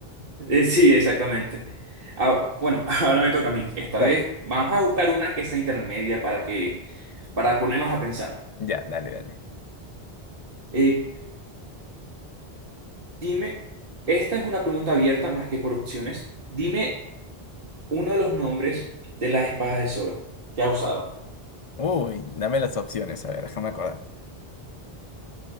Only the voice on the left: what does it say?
Dale,
ya, dale, dale.
Uy, dame las opciones, a ver, déjame acordar.